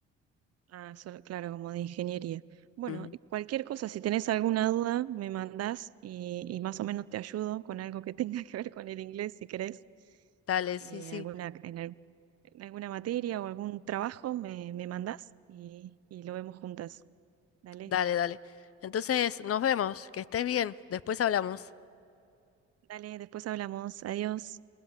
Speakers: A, on the right; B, on the left.
A: Ah, solo- claro, como de ingeniería. Bueno,
B: Ujú.
A: cualquier cosa, si tenés alguna duda, me mandás y, y más o menos te ayudo con algo que <laughs> tenga que ver con el inglés, si querés.
B: Dale, sí,
A: Eh,
B: sí,
A: alguna, en, al- en alguna materia o algún trabajo, me, me mandás y, y lo vemos juntas. Dale,
B: dale, dale. Entonces, nos vemos, que estés bien, después hablamos.
A: dale, después hablamos. Adiós.